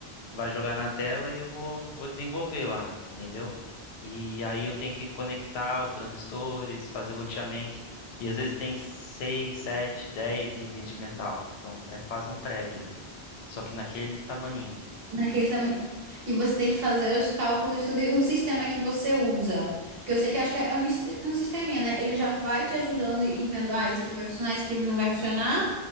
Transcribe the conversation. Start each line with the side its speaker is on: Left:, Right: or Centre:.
Left: vai jogar na tela e eu vou, vou desenvolver lá, entendeu? E aí eu tenho que conectar os transistores, fazer o roteamento. E às vezes tem seis, sete, dez níveis de metal. Então é quase um prédio ali. Só que naquele tamaninho.
Right: Naquele também. E você tem que fazer os cálculos, tudo, e o sistema que você usa. Porque eu sei que acho que é um, sis- um sisteminha, né? Ele já vai te ajudando e vendo, ah, isso aqui vai funcionar, isso aqui não vai funcionar,